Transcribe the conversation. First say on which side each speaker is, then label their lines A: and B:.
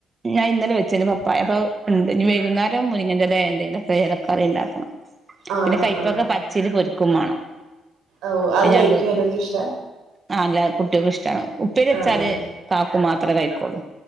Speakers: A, on the right; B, on the right.
A: ഞാ ഇന്നലെ വെച്ചിനി പപ്പായ അപ്പ അയ് ഇണ്ട് ഇഞ്ഞ് വൈകുന്നേരം മുരിങ്ങന്റെ എലെ എന്തെലൊക്കെ എലക്കറി ഇണ്ടാക്കണം.
B: ആഹ്
A: പിന്നെ കയ്പ്പക്ക
B: ആഹ്
A: പച്ചീൽ പൊര്ക്കും മാണം.
B: ഔ അത്
A: പിന്നണ്ട്
B: കഴിക്കും എല്ലാർക്കും ഇഷ്ടാ
A: ആഹ് അല്ലാ കുട്ടിയാക്കും ഇഷ്ടാണ് അയ്. ഉപ്പേരി വെച്ചാല്
B: ആഹ്
A: കാക്കു മാത്രാ കഴിക്കൊള്ളു.